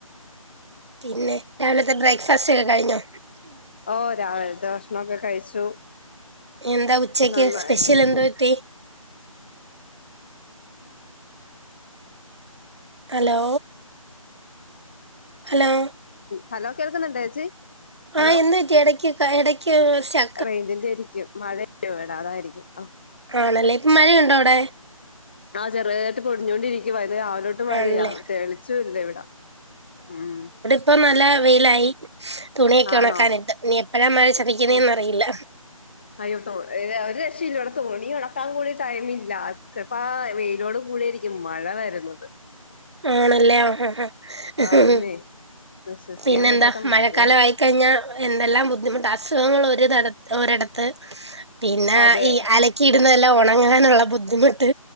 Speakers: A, on the right; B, on the left.
A: പിന്നെ രാവിലത്തെ ബ്രേക്ക്ഫാസ്റ്റ് ഒക്കെ കഴിഞ്ഞോ
B: ഓഹ് രാവിലത്തെ ഭക്ഷണമൊക്കെ കഴിച്ചു
A: എന്താ ഉച്ചയ്ക്ക്
B: നന്നായിട്ട്
A: സ്പെഷ്യൽ എന്ത് കിട്ടി ഹലോ ഹലോ
B: ഹലോ കേൾക്കുന്നുണ്ടോ ചേച്ചി ഹലോ
A: ആഹ് എന്ത് പറ്റി ഇടയ്ക്ക് ഇടയ്ക്ക് ശ
B: റേഞ്ചിന്റെ ആയിരിക്കും മഴ ഉണ്ട് ഇവിടെ അതായിരിക്കും ആഹ്
A: ആണല്ലേ ഇപ്പം മഴയുണ്ടോ അവിടെ
B: ആഹ് ചെറുതായിട്ട് പൊടിഞ്ഞുകൊണ്ടിരിക്കുവാ ഇത് രാവിലെ തൊട്ട് മഴയാ
A: ആണല്ലേ
B: തെളിച്ചം ഇല്ല ഇവിടെ ഉം
A: ഇപ്പൊ നല്ല വെയിലായി തുണിയൊക്കെ
B: ആണോ
A: ഉണക്കാനിട്ട് ഇനി എപ്പോഴാ മഴ ചതിക്കുന്നെന്നറിയില്ല
B: ഓ അയ്യോ ഒരു രക്ഷ ഇല്ല ഇവിടെ തുണി ഒണക്കാൻ കൂടി ടൈം ഇല്ല ചിലപ്പോ ആഹ് വെയിലോട് കൂടി ആയിരിക്കും മഴ വരുന്നത്
A: ആണല്ലേ ആഹ് ആഹ്
B: ആ
A: ആഹ്
B: അന്നേ വിശ്വസിക്കാൻ
A: പിന്നെന്താ
B: പറ്റാത്ത
A: മഴക്കാലം
B: മഴയാണ്
A: ആയി കഴിഞ്ഞാൽ എന്തെല്ലാം ബുദ്ധിമുട്ട് അസുഖങ്ങൾ ഒരിട ഒരിടത്ത് ത്ത് പിന്നെ
B: അതെ
A: ഈ അലക്കി ഇടുന്നതെല്ലാം ഉണങ്ങാനുള്ള ബുദ്ധിമുട്ട്